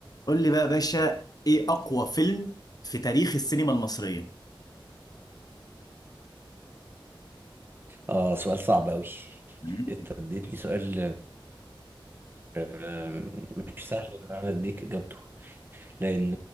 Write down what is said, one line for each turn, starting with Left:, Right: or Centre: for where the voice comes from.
Left: قول لي بقى يا باشا ايه اقوى فيلم في تاريخ السينما المصريه
Right: اه سؤال صعب أوي
Left: مم.
Right: انت اديتني سؤال مش مش سهل ان انا اديك اجابته لان